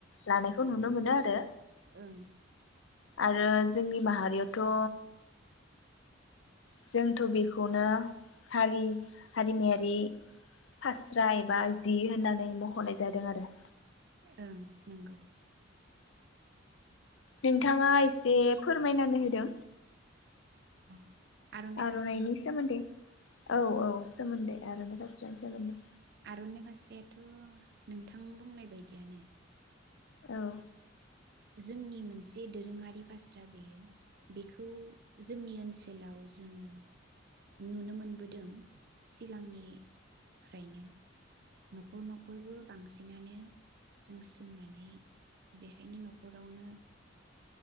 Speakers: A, on the left (about 75°); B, on the right (about 55°).
A: लानायखौ नुनो मोनो आरो।
B: ओं।
A: आरो जोंनि माहारियावथ' जोंथ' बेखौनो हारि हारिमायारि फास्रा एबा जि होननानै मख'नाय जादों आरो।
B: ओं नंगौ।
A: नोंथाङा एसे फोरमायनानै होदों।
B: औ आर'नाइ
A: आर'नाइनायनि
B: फास्रानि सायाव
A: सोमोन्दै औ औ सोमोन्दै आर'नाइ फा जागोन दे।
B: आर'नाय फास्रायाथ' नोंथां बुंनाय बायदियानो।
A: औ।
B: जोंनि मोनसे दोरोङारि फास्रा बेयो बेखौ जोंनि ओनसोलाव जोङो नुनो मोनबोदों सिगांनिफ्रायनो। न'खर न'खरबो बांसिनानो जों सोंनानै बेहायनो न'खरावनो